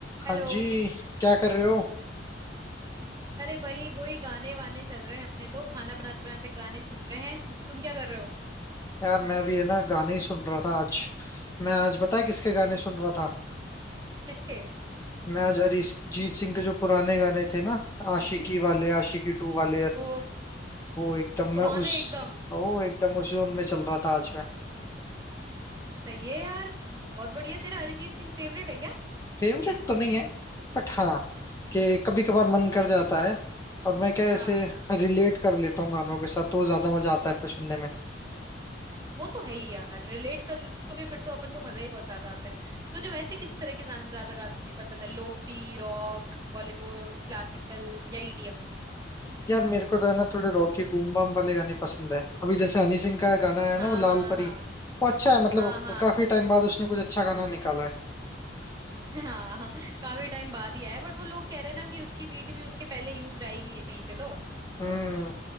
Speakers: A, on the right; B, on the left.
A: Hello
B: हाँ जी क्या कर रहे हो
A: अरे भाई वही गाने वाने चल रहे हैं अपने तो खाना बनाते बनाते गाने सुन रहे हैं तुम क्या कर रहे हो
B: यार मैं भी है ना गाने ही सुन रहा था आज मैं आज पता
A: हम्म
B: है किसके गाने सुन रहा था
A: किसके
B: मैं आज अरिजीत सिंह के जो पुराने गाने थे ना आशिकी वाले आशिकी टू वाले यार
A: वो
B: वो एकदम
A: पुराने
B: मैं उस
A: एकदम
B: वो एकदम उस जोन में चल रहा था आज मैं
A: सही है यार बहुत बढ़िया तेरा अरिजीत सिंह फेवरेट है क्या
B: फेवरेट तो नहीं है बट हाँ
A: हम्म
B: कि कभी कभार मन कर जाता है और मैं क्या
A: हाँ
B: ऐसे रिलेट कर लेता हूँ गानों के साथ तो ज्यादा मजा आता है फिर सुनने में
A: वो तो है ही यार रिलेट कर लोगे फिर तो अपन को मजा ही बहुत ज्यादा आता है तुझे वैसे किस तरह के ज्या- ज्यादा गाने पसंद है लोफी रॉक बॉलीवुड क्लासिकल या ईडीएम
B: यार मेरे को तो है ना थोड़े रॉकी बूम बम वाले गाने पसंद है अभी जैसे हनी सिंह का गाना है
A: हाँ
B: ना वो लाल
A: हाँ
B: परी
A: हाँ
B: वो अच्छा है मतलब
A: हाँ हाँ
B: काफी टाइम बाद उसने कुछ अच्छा गाना निकाला है
A: हाँ काफी टाइम बाद ही आया बट वो लोग कह रहे हैं ना कि उसकी बीट भी उसके पहले यूज आई हुई है कहीं पे तो
B: हम्म